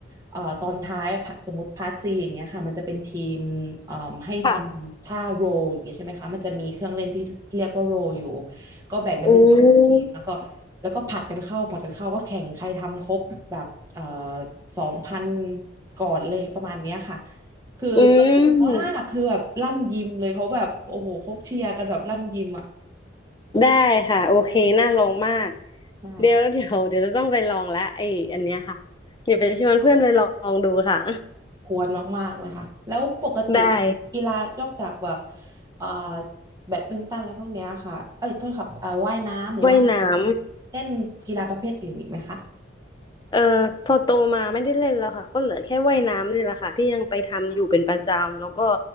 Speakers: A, on the right (about 20°); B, on the left (about 25°).
A: เอ่อตอนท้ายสมมติพาร์ทซีอย่างเงี้ยค่ะมันจะเป็นทีมเอ่อให้ทำท่าโรลอย่างเงี้ยใช่ไหมคะมันจะมีเครื่องเล่นที่เรียกว่าโรลอยู่
B: ค่ะ
A: ก็แบ่งกันเป็นสองทีมแล้วก็
B: อืม
A: แล้วก็ผัดกันเข้าผัดกันเข้าก็แข่งใครทำครบแบบเอ่อสองพันก่อนเลยประมาณเนี้ยค่ะ คือสนุกมากคือแบบลั่นยิมเลยเขาแบบโอ้โหเขาเชียร์กันแบบลั่นยิมอ่ะ
B: อืมได้ค่ะโอเคน่าลองมาก
A: ใช่
B: เดี๋ยวเดี๋ยวเดี๋ยวจะต้องไปลองละไออันเนี้ยค่ะเดี๋ยวไปชวนเพื่อนไปลองดูค่ะ
A: ควรมากๆเลยค่ะแล้วปกติ
B: <laughs> ได้
A: กีฬานอกจากแบบเอ่อแบดมินตันอะไรพวกเนี้ยค่ะเอ้ยโทษครับเอ่อว่ายน้ำหรือว่า
B: ว่ายน้ำ
A: เล่นกีฬาประเภทอื่นอีกไหมคะ
B: เอ่อพอโตมาไม่ได้เล่นแล้วค่ะก็เหลือแค่ว่ายน้ำนี่แหละค่ะที่ยังไปทำอยู่เป็นประจำแล้วก็